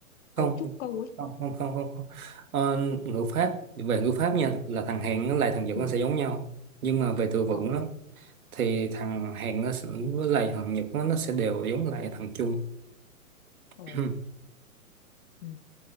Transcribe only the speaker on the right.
không
không không không không, không. Ờ, ngữ pháp về ngữ pháp nha là thằng hẹn với lại thằng Nhật
nó sẽ giống nhau nhưng mà về từ vựng
đó thì thằng hẹn nó sẽ, với lại thằng Nhật nó, nó sẽ đều giống lại thằng Trung
<clears throat>